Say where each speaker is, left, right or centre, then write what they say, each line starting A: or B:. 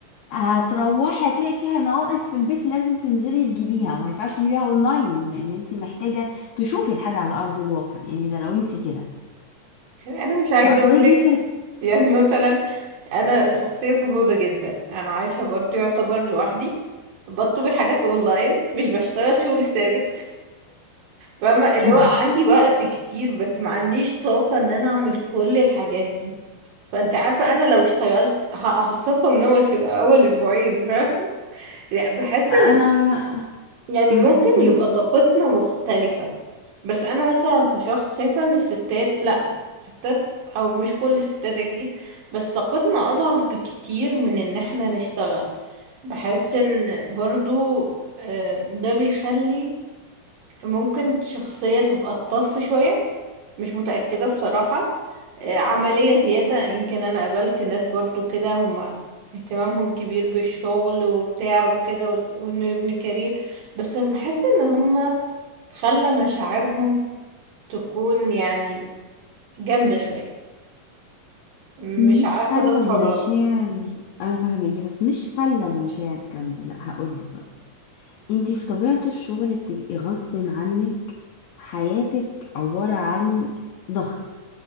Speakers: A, on the left; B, on the right.
A: هتروحي هتلاقي فيها نواقص في البيت لازم تنزلي تجيبيها وما ينفعش تجيبيها اونلاين لان انت محتاجه تشوفي الحاجه على ارض الواقع يعني ده لو انت كده
B: <laughs> أنا مش عايزة
A: فكل
B: أقولك
A: دي كانت
B: يعني مثلا أنا شخصية فرهودة جدا أنا عايشة برضه يعتبر لوحدي بطلب الحاجات أونلاين مش بشتغل شغل ثابت فاهمة اللي
A: <laughs>
B: هو عندي وقت كتير بس ما عنديش طاقة ان انا اعمل كل الحاجات دي فانت عارفة انا لو اشتغلت ه- هتصفى من اول ش... اول اسبوعين فاهمة <laughs> لا بحس
A: انا
B: ان يعني
A: امم
B: ممكن
A: كملي
B: يبقى طاقتنا مختلفة بس انا مثلا كشخص شايفة ان الستات لا الستات او مش كل الستات اكيد بس طاقتنا اضعف بكتير من ان احنا نشتغل بحس ان برضو آه، ده بيخلي ممكن شخصية تبقى الطف شوية مش متأكدة بصراحة آه، عملية زيادة يمكن أنا قابلت ناس برضو كده هما اهتمامهم كبير بالشغل وبتاع وكده وس- وإنه يبني كارير بس بحس إن هما خلى مشاعرهم تكون يعني جامدة شوية مش
A: مش
B: عارفة
A: خلى
B: ده صح
A: المشاعر
B: ولا غلط
A: انا فاهمك بس مش خلى المشاعر كامله لا هقول لك انتي في طبيعة الشغل بتبقي غصب عنك حياتك عبارة عن ضغط